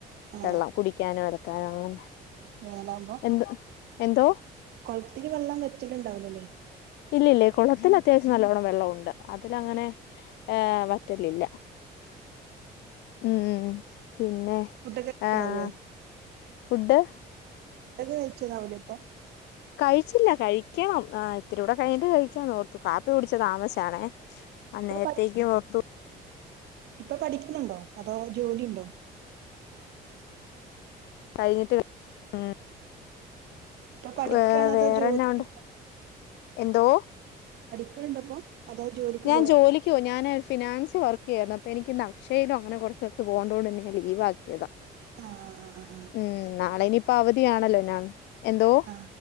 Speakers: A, on the right; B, on the left.
A: ആ
B: വെള്ളം കുടിക്കാനു അലക്കാ അങ്ങനെ
A: വേലാമ്പോ
B: എന്ത് എന്തോ
A: കൊളത്തില് വെള്ളം വെറ്റലുണ്ടാവില്ലല്ലേ
B: ഇല്ലില്ലേ കുളത്തിൽ അത്യാവശ്യം നല്ലോണം വെള്ളം ഉണ്ട് അതില് അങ്ങനെ ഏഹ് വറ്റലില്ല. ഉം പിന്നെ
A: ഫുഡൊക്കെ കഴിച്ചതാവൂലേ
B: ആഹ് ഫുഡ്
A: ഫുഡോക്കെ കയിച്ചതാവൂലേഇപ്പം
B: കഴിച്ചില്ല കഴിക്കണം ആഹ് ഇത്തിരുടെ കഴിട്ട് കഴിക്കാഓർത്തു കാപ്പി കുടിച്ചെ താമാസ്ച്ചാണേ. അന്നേരത്തേക്ക്
A: ഇപ്പൊ പഠി
B: ഓർത്തു
A: ഇപ്പൊ പഠിക്കുന്നുണ്ടോ അതോ ജോലിഉണ്ടോ?
B: കഴിഞ്ഞിട്ട് ഉം
A: ഇപ്പൊ പഠിക്കാണോ
B: വേ വേറെന്നാ
A: അതോ ജോലി
B: ഉണ്ട്. എന്തോ
A: പഠിക്കല്ണ്ട ഇപ്പൊ അതോ ജോലിക്ക്
B: ഞാൻ
A: പോയ
B: ജോലിക്കു പോവും ഞാന് ഫിനാൻസി വർക്ക് ചെയ്യാരുന്നു അപ്പൊ എനിക്കിന്ന് അക്ഷയിലൊ അങ്ങനെ കുറെ സ്ഥലത്ത് പോകേണ്ടോണ്ട് ഇന്ന് ഞാൻ ലീവാക്കിയതാ.
A: ആഹ് അഹ് ആഹ്
B: ഉം നാളെനി പ്പൊ അവധിയാണല്ലോ ഞാൻ എന്തോ?
A: ആ